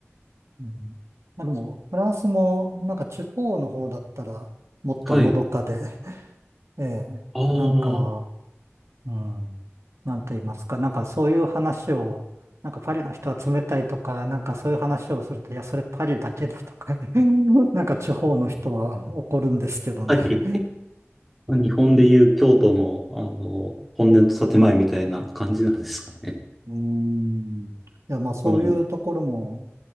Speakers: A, on the right; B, in the centre.
A: うん。まあでも、フランスも、なんか地方の方だったら、もっとのどかで、
B: はい。
A: <laughs> ええ、
B: <laughs> ああ、
A: なんか、
B: は
A: うん、なんと言いますか、なんかそういう話を、なんかパリの人は冷たいとか、なんかそういう話をすると、いや、それパリだけだとか <laughs> なんか地方の人は怒るんですけどね。
B: い。まあ日本でいう京都の、あの、本音と建前みたいな感じなんですかね。
A: うん。いや、まあそういうところも、
B: そのう